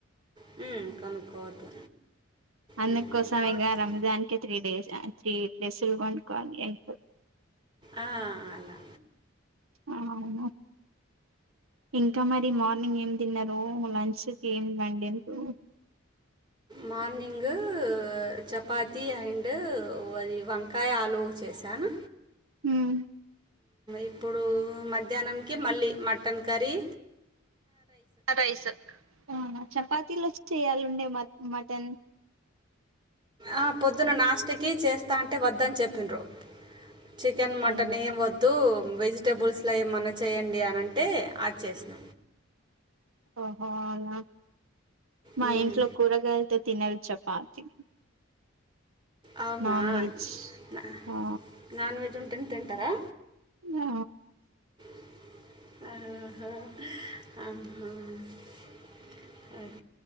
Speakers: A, on the right; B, on the right.
A: హుమ్ కొనుక్కోవద్దు
B: అందం
A: ఉమ్,
B: కోసం
A: కాబట్టి
B: ఇంగా రంజాన్ కి త్రీ డేస్ త్రీ పెస్సులు గొన్క్కోవాలి యంగ్ పో
A: ఆ అలా
B: ఆ అవునా ఇంకా మరి మార్ని ఏం తిన్నారు లంచ్కి ఏమి <unintelligible>
A: మార్నింగ్ చపాతి అండ్ అది వన్ వంకాయ ఆలు చేసాను
B: మ్
A: ఇప్పుడు మధ్యాహ్నంకి మళ్ళీ మటన్ కర్రీ
B: రైస్ చపాతిలోచ్ చేయాలి ఉండే మ మటన్
A: ఆ పొద్దున్న నాస్తికి చేస్తాంటే వద్దని చెప్పిండ్రు చికెన్ మటన్
B: అయ్యో
A: ఏం వద్దు వెజిటేబుల్స్ లో ఏమన్న చేయండి అని అంటే ఆది చేసిన
B: ఓహో ఔనా మా
A: మ్మ్.
B: ఇంట్లో కూరగాయలతో తినరు చపాతి
A: అవునా
B: నాన్ వెజ్
A: న
B: ఆ
A: నాన్ వెజ్ వన్ తిన్ తింటారా
B: ఆ
A: <unintelligible>